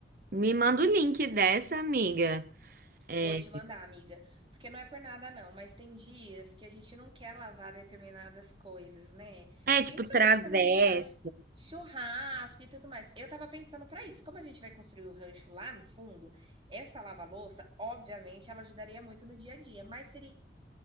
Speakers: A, on the right; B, on the right.
A: Me manda o link dessa, amiga. É,
B: Vou te mandar, amiga, porque não é por nada não, mas tem dias que a gente não quer lavar determinadas coisas, né?
A: É tipo
B: Principalmente
A: travessa.
B: quando a gente faz churrasco e tudo mais. Eu tava pensando pra isso, como a gente vai construir o rancho lá no fundo, essa lava-louça, obviamente, ela ajudaria muito no dia a dia, mas seria